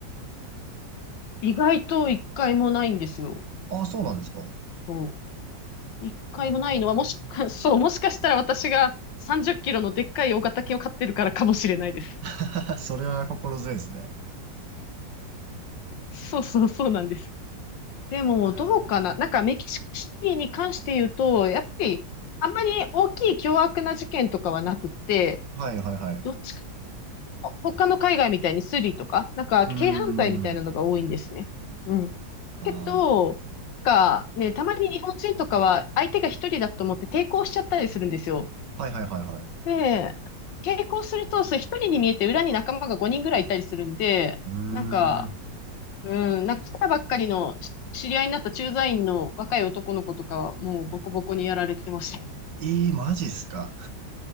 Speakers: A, on the left; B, on the right.
A: 意外と一回もないんですよ。
B: ああ、そうなんですか。う
A: そう。一回もないのは、
B: ーん。
A: もしか、<laughs> そう、もしかしたら私が30キロのでっかい大型犬を飼ってるからかもしれないです。
B: <laughs> それは心強いですね。
A: そうそうそうなんです。でも、
B: うー
A: どうかな。
B: ん。
A: なんかメキシコシティに関して言うと、やっぱり、あんまり大きい凶悪な事件とかはなくて、
B: はいはいはい。
A: どっち他の海外みたいにスリとか、なんか軽犯罪みたいなのが多いんですね。
B: うーん。
A: うん。
B: あー
A: けど、なんかね、たまに日本人とかは相手が一人だと思って抵抗しちゃったりするんですよ。
B: はいはいはいはい。
A: で、抵抗すると、それ一人に見えて裏に仲間が5人ぐらいいたりするんで、
B: うー
A: なんか、
B: ん。
A: うん、なんか来たばっかりのし知り合いになった駐在員の若い男の子とかはもうボコボコにやられてますね。
B: ええ、マジっすか。